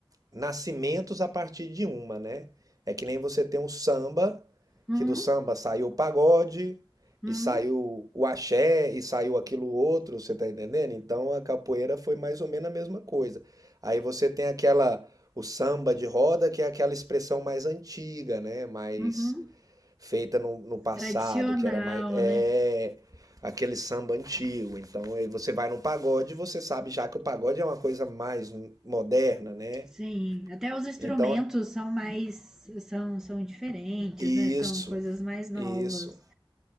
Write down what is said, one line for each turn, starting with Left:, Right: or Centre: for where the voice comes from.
Right: nascimentos a partir de uma, né? É que nem você tem o samba,
Centre: Uhum,
Right: que do samba saiu o pagode,
Centre: uhum,
Right: e saiu o axé, e saiu aquilo outro, você tá entendendo? Então a capoeira foi mais ou menos a mesma coisa. Aí você tem aquela, o samba de roda, que é aquela expressão mais antiga, né? Mais
Centre: uhum.
Right: feita no, no passado,
Centre: Tradicional,
Right: que era mais. É
Centre: né?
Right: aquele samba antigo. Então aí você vai num pagode, você sabe já que o pagode é uma coisa mais moderna, né?
Centre: Sim, até os instrumentos
Right: Então,
Centre: são mais, são, são diferentes,
Right: isso,
Centre: né? São coisas mais novas.
Right: isso.